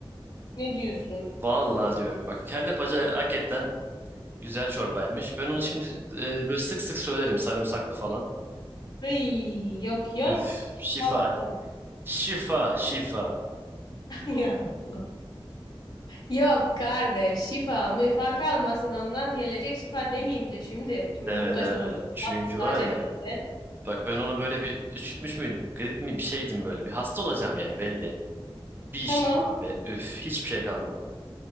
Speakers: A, on the left; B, on the right.
A: Ne diyorsun?
B: Vallahi diyorum bak kelle paça hakikaten güzel çorbaymış. Ben onu şimdi e, böyle sık sık söylerim sarımsaklı falan.
A: Ay, yok yok.
B: Üf şifa.
A: Kalsın.
B: Şifa şifa.
A: <laughs> Ya Allah. Yok kardeş şifa müfa kalmasın ondan gelecek şifa demeyeyim de şimdi. Şimdi
B: Deme
A: muhtaç
B: deme.
A: oluruz.
B: Çünkü
A: Muhtaç
B: var
A: etmesin.
B: ya bak ben onu böyle bir üşütmüş müydüm? Grip mi bir şeydim böyle bir hasta olacağım yani belli. Bir içtim
A: Tamam.
B: abi. Üf hiçbir şey kalmadı.